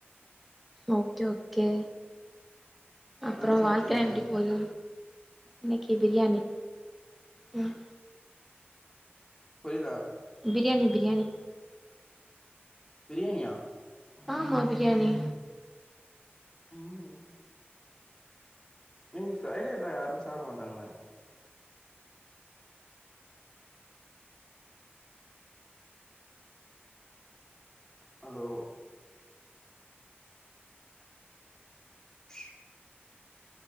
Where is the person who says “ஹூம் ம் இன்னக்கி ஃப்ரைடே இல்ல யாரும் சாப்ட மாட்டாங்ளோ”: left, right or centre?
Left